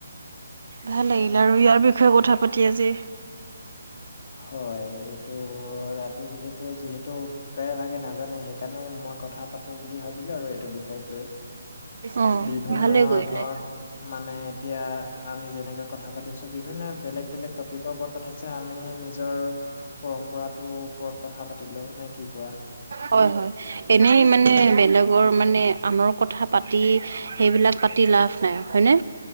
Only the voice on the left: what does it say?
হয় এইটো ৰাতি বিহুটো যিহেতু প্ৰায় ভাগে নাজানে সেই কাৰণে মই কথা পাতো বুলি ভাবিলো আৰু এইটো বিষয়ক লৈ
বিভিন্ন
ধৰণ মানে এতিয়া আমি যেনেকৈ কথা পাতিছো বিভিন্ন বেলেগ বেলেগ টপিকৰ ওপৰত কথা আছে আ আমি নিজৰ পৰম্পৰাটোৰ ওপৰত কথা পাতিলো নে কি কোৱা?